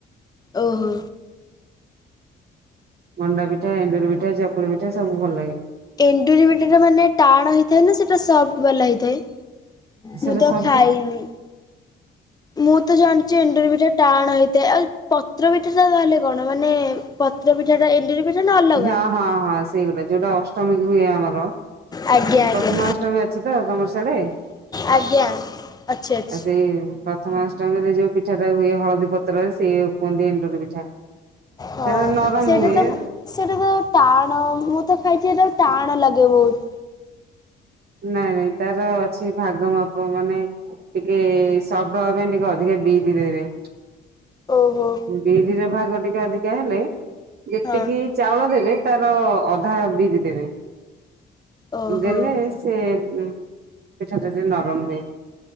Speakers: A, on the left; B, on the right.
A: ଓହୋ।
B: ମଣ୍ଡା ପିଠା ଏଣ୍ଡୁରି ପିଠା ଚକୁଳି ପିଠା ସବୁ ଭଲ ଲାଗେ।
A: ଏଣ୍ଡୁରି ପିଠା ଟା ମାନେ ଟାଣ ହେଇଥାଏ ନା ସେଇଟା ସଫ୍ଟ ବାଲା ହେଇଥାଏ? ମୁଁ
B: ସେଟା
A: ତ
B: ସବଟା
A: ଖାଇନି। ମୁଁ ତ ଜାଣିଛି ଏଣ୍ଡୁରି ପିଠା ଟାଣ ହେଇଥାଏ ଆଉ ପତ୍ର ପଠା ତାହଲେ କଣ ମାନେ ପତ୍ର ପିଠା ଟା ଏଣ୍ଡୁରି ପିଠା ନା ଅଲଗା?
B: ହଁ ହଁ ହଁ ସେଇଗୁରା ଯୋଉଟା ଅଷ୍ଟମୀ ହୁଏ ଆମର
A: ଆଜ୍ଞା ଆଜ୍ଞା
B: ପ୍ରଥମାଷ୍ଟମୀ ଅଛି ତ ତମରସେଆଡ଼େ।
A: ଆଜ୍ଞା ଅଛି ଅଛି
B: ଆ ସେଇ ନି ପା ପାଷ୍ଟ ଟାଇମରେ ଯଉ ପିଠାଟା ହୁଏ ହଳଦୀ ପତ୍ରରେ ସେଏ କୁହନ୍ତି ଏଣ୍ଡୁରି ପିଠା। ସେଟା
A: ହଁ
B: ନରମ
A: ସେଇଟା
B: ହୁଏ।
A: ତ ସେଇଟା ତ ଟାଣ ମୁଁ ତ ଖାଇଛି ସେଇଟା ଟାଣ ଲାଗେ ବହୁତ।
B: ନାଇଁ ନାଇଁ ତାର ଅଛି ଭାଗ ମାପ ମାନେ ଟିକେ ସବ୍ଟ ହବା ପାଇଁ ଟିକେ ଅଧିକା ବି ବି ଦେଇ
A: ଓହୋ।
B: ବିରିର ଭାଗ ଟିକେ ଅଧିକା ହେଲେ ଯେତିକି
A: ହଁ
B: ଚାଉଳ ଦେବେ ତାର ଅଧା ବିରି ଦେବେ।
A: ଓହୋ।
B: ଦେଲେ ସେ ପିଠା ଟା ଟିକିଏ ନରମ ହୁଏ।